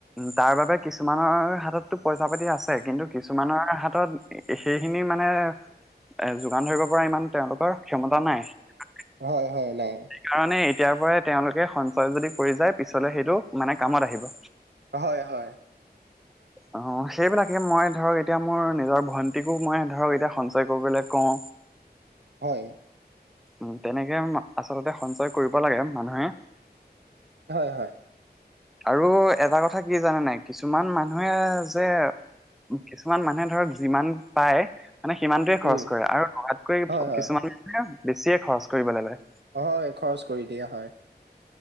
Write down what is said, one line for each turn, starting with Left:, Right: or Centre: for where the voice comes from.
Centre: তাৰ বাবে কিছুমানৰ হাতততো পইচা পাতি আছে কিন্তু কিছুমানৰ হাতত। সেইখিনি মানে এ যোগান ধৰিব পৰা ইমান তেওঁলোকৰ। ক্ষমতা নাই সেইকাৰণে।
Right: হয়, হয়, নাই,
Centre: তেতিয়াৰ পৰাই তেওঁলোকে সঞ্চয় যদি কৰি যায় পিছলে সেইটো মানে কামত আহিব।
Right: হয় হয়।
Centre: অ', সেইবিলাকে মই ধৰক এতিয়া মোৰ নিজৰ ভণ্টিকো মই ধৰক এতিয়া সঞ্চয় কৰিবলৈ। কওঁ।
Right: হয়।
Centre: উম', তেনেকে আচলতে সঞ্চয় কৰিব লাগে মানুহে।
Right: হয় হয়।
Centre: আৰু এটা কথা কি জানে নাই কিছুমান মানুহে যে কিছুমান মানুহে ধৰক যিমান পায়। মানে সিমানটোৱে
Right: উম,
Centre: খৰচ কৰে আৰু লগাতকৈ
Right: হয়, হয়,
Centre: কিছুমানে বেছিয়ে খৰচ কৰিবলৈ লয়।
Right: হয়, খৰচ কৰি দিয়া হয়।